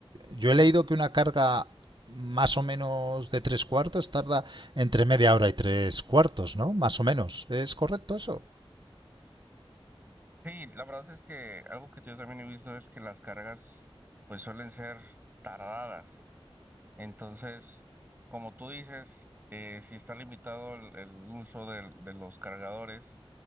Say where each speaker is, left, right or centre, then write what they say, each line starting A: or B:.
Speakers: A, on the right (about 50°); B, on the right (about 20°).
A: yo he leído que una carga más o menos de tres cuartos tarda entre media hora y tres cuartos, ¿no? Más o menos. ¿Es correcto eso?
B: Sí, la verdad es que algo que yo también he visto es que las cargas pues suelen ser tardadas. Entonces, como tú dices, eh, si está limitado el, el uso del- de, los cargadores,